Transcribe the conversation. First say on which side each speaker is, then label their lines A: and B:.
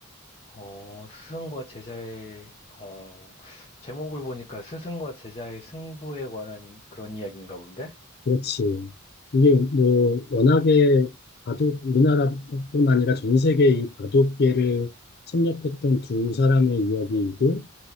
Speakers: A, on the left; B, on the left.
A: 어, 스승과 제자의, 어, 제목을 보니까 스승과 제자의 승부에 관한 그런 이야기인가 본데?
B: 그렇지. 이게 뭐
A: 음,
B: 워낙에 바둑 우리나라뿐 아니라 전 세계 이 바둑계를 섭렵했던 두 사람의 이야기이고